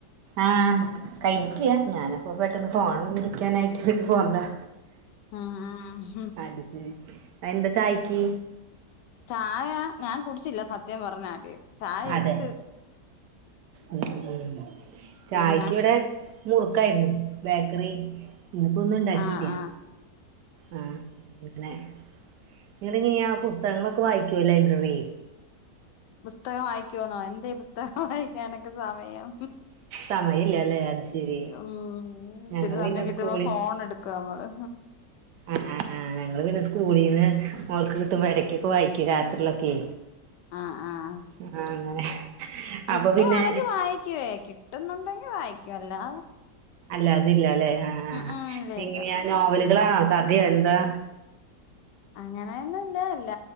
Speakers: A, on the right (about 75°); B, on the left (about 80°).
A: ആഹ് കഴിഞ്ഞിട്ടില്ലാ ഞാന് അപ്പോ പെട്ടെന്ന് ഫോൺ വിളിക്കാനായിട്ട് പെട്ടന്ന് പോന്നതാ
B: ആഹ് ആഹ്
A: അത് ശരി എന്താ ചായക്ക്
B: ചായ ഞാൻ കുടിച്ചില്ല സത്യം പറഞ്ഞാല് ചായ
A: അതെ
B: ഇട്ട്
A: ഉം ചായക്ക്
B: പിന്നെ
A: ഇവിടെ മുറുക്കായിരുന്നു ബേക്കറി ഇന്നിപ്പോ ഒന്നും ഉണ്ടാക്കില്ല
B: ആഹ് ആഹ്
A: ആഹ് ങ്ങനെ നിങ്ങള് ഇനിയാ പുസ്തകങ്ങളൊക്കെ വായിക്കുവോ ലൈബ്രറി
B: പുസ്തകം വായിക്കോന്നോ എന്തേ പുസ്തകം വായിക്കാനൊക്കെ സമയം
A: സമയല്ലല്ലേ അത് ശരി
B: ഉം ഇച്ചിരി
A: ഞങ്ങള്
B: സമയം
A: പിന്നെ
B: കിട്ടുമ്പോ
A: സ്കൂളി
B: ഫോൺ എടുക്ക ക്കാ നമ്മള്
A: ആഹ് ഞങ്ങള് പിന്നെ സ്കൂളീന്ന് മോൾക്ക് കിട്ടുമ്പോ ഇടക്കൊക്കെ വായിക്കും രാത്രിക്കൊക്കേ
B: ആഹ് ആഹ്
A: ആഹ് അങ്ങനെ
B: കിട്ടുവാണെങ്കി
A: അപ്പൊ പിന്നെ
B: വായിക്കുവേ കിട്ടുന്നുണ്ടെങ്കി വായിക്കും അല്ലാ
A: അല്ല അതില്ല അല്ലെ ആഹ്
B: ഉം ഇല്ല
A: എങ്ങനെയാ
B: ഇല്ല ഉം
A: നോവലുകളാണോ സദ്യയോ എന്താ
B: അങ്ങനെയൊന്നും ഇല്ല അല്ല